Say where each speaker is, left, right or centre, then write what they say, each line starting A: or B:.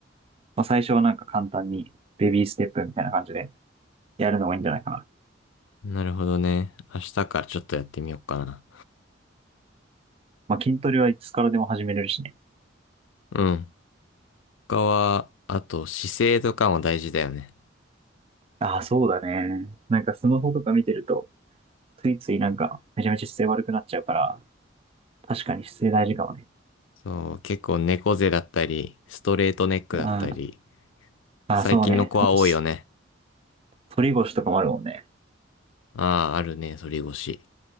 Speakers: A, on the right; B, on the left.
A: まあ、最初はなんか簡単にベビーステップみたいな感じでやるのがいいんじゃないかな。
B: なるほどね。明日からちょっとやってみようかな。
A: まあ、筋トレはいつからでも始めれるしね。
B: うん。他は、あと姿勢とかも大事だよね。
A: ああ、そうだね。なんかスマホとか見てると、ついついなんかめちゃめちゃ姿勢悪くなっちゃうから、確かに姿勢大事かもね。
B: そう、結構猫背だったり、ストレートネックだったり、
A: ああ、
B: 最近の子は多いよね。
A: ああそうね。あとす、反り腰とかもあるもんね。
B: ああ、あるね、反り腰。